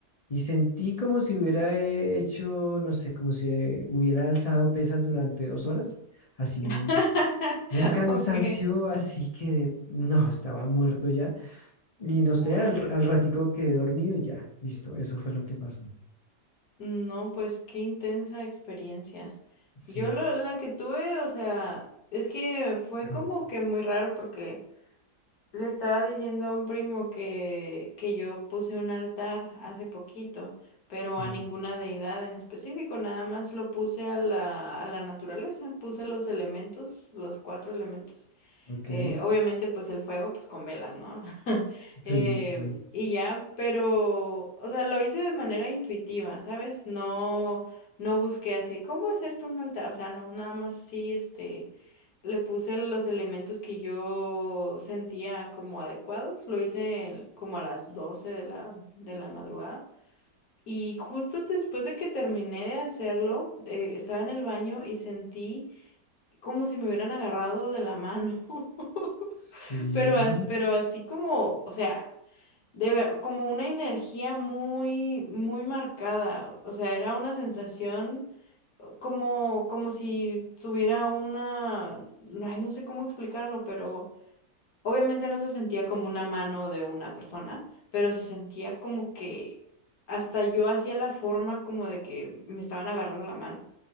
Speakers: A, on the left; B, on the left.
A: y sentí como si hubiera hecho, no sé, como si hubiera alzado pesas durante dos horas, así un,
B: <laughs>
A: un cansancio,
B: Ok.
A: así que de- no, estaba muerto ya. Y no sé,
B: Órale.
A: al, r- al ratico quedé dormido y ya, listo, eso fue lo que pasó.
B: No, pues qué intensa experiencia.
A: Sí,
B: Yo lo- la que tuve, o sea, es que fue
A: <clears throat>
B: como que muy raro porque le estaba diciendo a un primo que, que yo puse un altar hace poquito, pero
A: sí,
B: a ninguna deidad en específico, nada más lo puse a la, a la naturaleza, puse los elementos, los cuatro elementos.
A: ok,
B: Eh, obviamente, pues el fuego, pues con velas, ¿no? <laughs>
A: sí,
B: Eh,
A: sí, sí,
B: y ya, pero, o sea, lo hice de manera intuitiva, ¿sabes? No, no busqué así, ¿cómo hacerte un altar? O sea, no, nada más así, este, le puse los elementos que yo sentía como adecuados. Lo hice el- como a las 12 de la, de la madrugada. Y justo después de que terminé de hacerlo, eh, estaba en el baño y sentí como si me hubieran agarrado de la mano. <laughs>
A: sí,
B: Pero, as- pero así como, o sea, de, ver- como una energía muy, muy marcada. O sea, era una sensación como, como si tuviera una, ay, no sé cómo explicarlo, pero obviamente no se sentía como una mano de una persona, pero se sentía como que hasta yo hacía la forma como de que me estaban agarrando la mano.